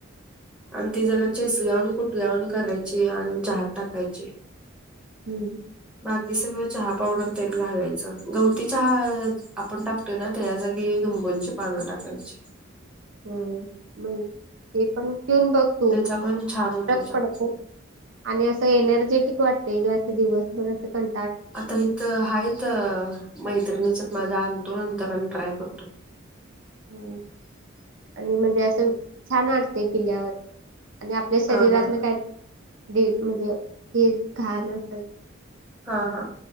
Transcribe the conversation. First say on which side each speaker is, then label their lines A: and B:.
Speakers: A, in the centre; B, on the right.
A: आणि ती जरा चेसल्या वानी कुठल्या वाणी करायची आणि चहात टाकायची
B: हम्म
A: बाकी सगळं चहा पावडर त्यांन घालायचं गवती चहा आपण टाक त्यन त्या जागी लीबुंची पानं टाकायची
B: हम म ते पण पीऊन बघ तू
A: त्याचा पण छान होतोय
B: फरक
A: चहा.
B: पडतो आणि असं एनर्जेटिक वाटतंय ग अस दिवस बर असं कण
A: आता इथ हायच मैत्रिणीच माझा आणतो नंतर आम्ही ट्राय करतो
B: ह आणि म्हणजे असं छान वाटतंय पिल्यावर आणि आपल्या शरीरातलं
A: हा हा
B: काय म्हणजे हे घाण अस
A: हा हा